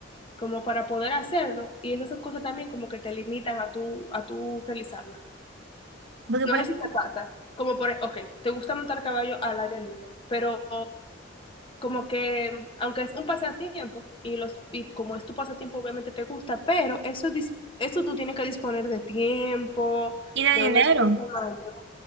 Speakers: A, on the left (about 30°); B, on the right (about 65°).
A: como para poder hacerlo. Y esas son cosas también como que te limitan a tú, a tú realizarlas.
B: Porque,
A: No
B: por
A: sé
B: ejemplo,
A: si te pasa, como por, ok, te gusta montar caballo al aire libre, pero como que, aunque es un pasatiempo y los y como es tu pasatiempo, obviamente te gusta, pero eso dis- eso tú tienes que disponer de tiempo,
B: y de
A: de
B: dinero,
A: un esfuerzo mayor